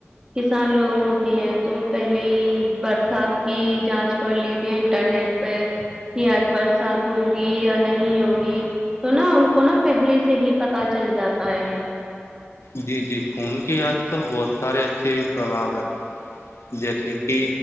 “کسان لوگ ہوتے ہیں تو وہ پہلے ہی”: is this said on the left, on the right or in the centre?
Right